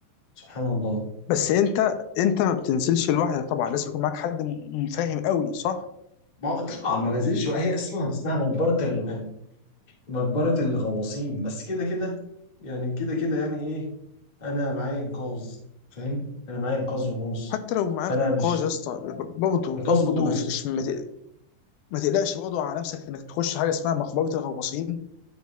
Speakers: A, on the left; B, on the left.
A: سبحان الله
B: بس انت انت ما بتنزلش لوحدك طبعا لازم يكون معاك حد م- فاهم قوي صح
A: ما طبعا ما نزلش بقى، هي اصلا اسمها مقبرة ال- مقبرة الغواصين بس كده كده يعني كده كده يعني ايه انا معايا انقاذ فاهم انا معايا انقاذ وغوص
B: حتى لو معاك
A: فانا
B: انقاذ
A: مش
B: يا اسطى برضه
A: انقاذ
B: برضه
A: وغوص
B: مش مش ما تق- ما تقلقش برضه على نفسك انك تخش حاجه اسمها مقبره الغواصين